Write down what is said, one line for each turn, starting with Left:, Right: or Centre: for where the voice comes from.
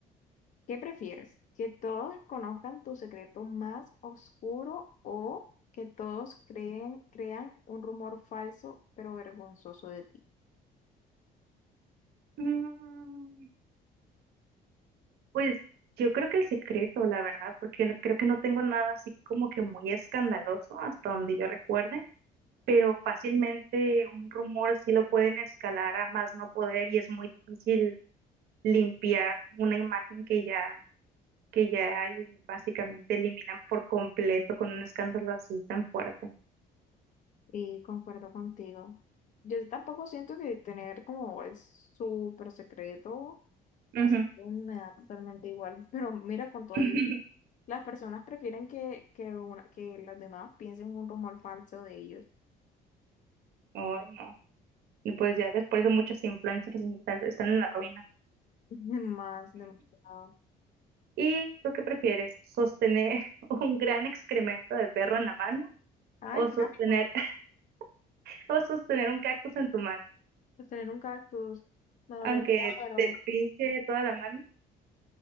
Left: ¿Qué prefieres? ¿Que todos conozcan tu secreto más oscuro o que todos creen, crean un rumor falso pero vergonzoso de ti?
Right: Mm, Pues yo creo que el secreto, la verdad, porque no- creo que no tengo nada así como que muy escandaloso hasta donde yo recuerde, pero fácilmente un rumor sí lo pueden escalar a más no poder y es muy difícil limpiar una imagen que ya, que ya eh, básicamente eliminan por completo con un escándalo así tan fuerte.
Left: Y concuerdo contigo. Yo tampoco siento que tener como el súper secreto
Right: Ujú.
Left: así me da totalmente igual. <laughs> Pero mira, con todo
Right: <laughs>
Left: ello, las personas prefieren que, que, una, que las demás piensen un rumor falso de ellos.
Right: Ay, no. Y Pues ya ves, por eso muchos influencers están están en la ruina.
Left: <laughs> Más demostrado.
Right: ¿Y tú qué prefieres? ¿Sostener <laughs> un gran excremento de perro en la mano
Left: Ay,
Right: o
Left: qué
Right: sostener,
Left: asco.
Right: <laughs> o sostener un cactus en tu mano?
Left: Pues tener un cactus. Me dolería,
Right: Aunque
Left: pero.
Right: te pinche toda la mano.